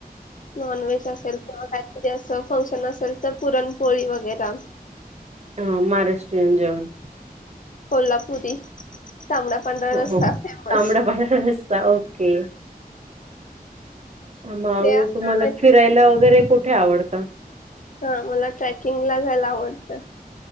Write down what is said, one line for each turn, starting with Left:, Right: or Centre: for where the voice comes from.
Left: नॉन व्हेज असेल किंवा काहीतरी असं फंक्शन असेल तर पुरण पोळी वैगरा
Right: हा महाराष्ट्रीयन जेवण
Left: कोल्हापुरी तांबडा पंढरा
Right: हो
Left: रसा
Right: हो.
Left: फेमस
Right: तांबडा पांढरा रस्सा ओके मग
Left: ते असता
Right: तुम्हाला फिरायला वगैरे कुठे आवडतं?
Left: हा मला ट्रॅकिंग ला जायला आवडतं.